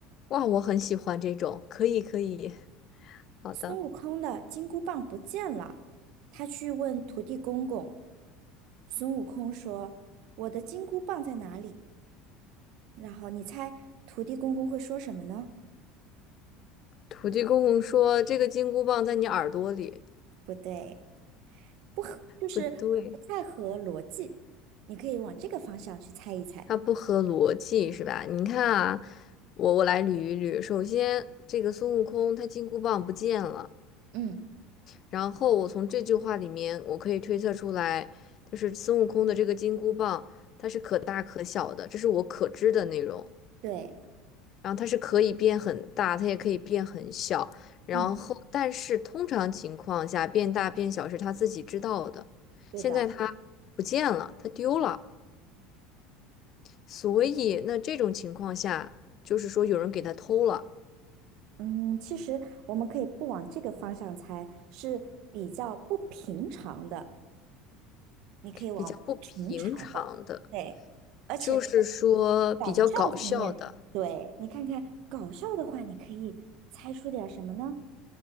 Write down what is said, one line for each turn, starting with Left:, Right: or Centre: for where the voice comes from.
Left: 哇，我很喜欢这种，可以可以，好的。
Right: 孙悟空的金箍棒不见了，他去问土地公公。孙悟空说：“我的金箍棒在哪里？”然后你猜土地公公会说什么呢？
Left: 土地公公说这个金箍棒在你耳朵里，
Right: 不对，不合，就是不太合逻辑。
Left: 不对，
Right: 你可以往这个方向去猜一猜。
Left: 它不合逻辑是吧？你看啊，我我来捋一捋，首先这个孙悟空他金箍棒不见了。
Right: 嗯，
Left: 然后我从这句话里面，我可以推测出来，就是孙悟空的这个金箍棒，它是可大可小的，这是我可知的内容。
Right: 对，
Left: 然后它是可以变很大，它也可以变很小。然后，
Right: 嗯，
Left: 但是通常情况下，变大变小是他自己知道的。
Right: 对的。
Left: 现在他不见了，他丢了，所以那这种情况下，就是说有人给他偷了，
Right: 嗯，其实我们可以不往这个方向猜，是比较不平常的。你可以往不平常的，
Left: 比较不平常的，
Right: 对，而且是
Left: 就是说比较搞笑的。
Right: 搞笑方面，对，你看看搞笑的话，你可以猜出点什么呢？